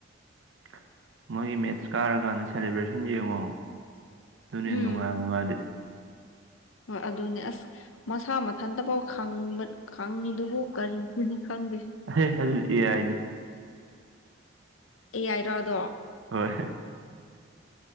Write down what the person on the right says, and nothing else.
<unintelligible> ꯃꯣꯏꯒꯤ ꯃꯦꯠꯁ ꯀꯥꯔꯀꯥꯟꯗ ꯁꯦꯂꯦꯕ꯭ꯔꯦꯁꯟ ꯌꯦꯡꯉꯣ ꯗꯨꯅ ꯍꯦꯟꯅ
ꯅꯨꯡꯉꯥꯏꯕꯅꯦ ꯃꯥꯗꯤ
ꯑꯍꯦ ꯑꯗꯨ ꯑꯦ ꯑꯥꯏꯅꯤ
ꯍꯣꯏ